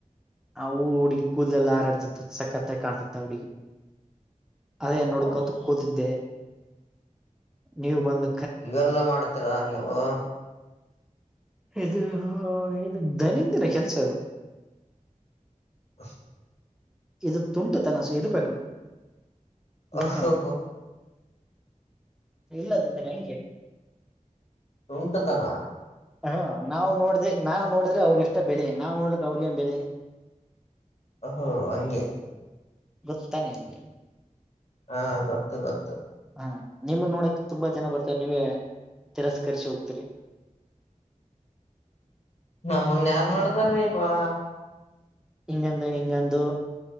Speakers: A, in the centre; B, on the left.
A: ಆ ಹುಡಿಗೆ ಕೂದ್ಲಯಲ್ಲ ಹಾರಾಡ್ತಿತ್ತು ಸಕ್ಕತ್ತಗಿ ಕಾಣಸತ್ತ ಆ ಹುಡಗಿ ಅದೇ
B: ಓಹೋ
A: ನೋಡ್ಕೋತ ಕೂತಿದ್ದೆ ನೀವು ಬಂದ
B: ಇವೆಲ್ಲಾ ಮಾಡ್ತೀರಾ ನೀವು
A: ಇದೇ ಹಾ ಇದ ದರಿದ್ರ ಕೆಲಸ ಇದ
B: ಹ
A: ಇದು ತುಂಟ ತನಸ ಇರ್ಬೇಕು ಮ
B: ಓಹೋ
A: <inaudible> ಇಲ್ಲ ದೀದರೆ ಹೆಂಗೆ
B: ತುಂಟತನ
A: ಹ್ಮ ನಾವವು ನೋಡ್ದೆ ನಾವು ನೋಡಿದ್ರೆ ಅವ್ರಿಗಷ್ಟ ಬೆಲೆ ನಾವ ನೋಡಲೀಕ ಅವ್ರಿಗೆ ಏನ ಬೆಲೆ
B: ಹ ಹಂಗೆ
A: ಗೊತ್ತಾನಿಗೆ
B: ಹಾ ಗೊತ್ತು ಗೊತ್ತು
A: ಹಾ ನಿಮ್ಮನ ನೋಡಕ್ ತುಂಬಾ ಜನ ಬರ್ತಾರೆ ನೀವೇ ತಿರಸ್ಕರ್ರಿಸಿ ಹೋಗ್ತೀರಿ
B: ನಮ್ಮನ್ ಯಾರ ನೋಡತಾರೀ ಪಾ
A: ಹಿಗದ ಹಿಗಂದು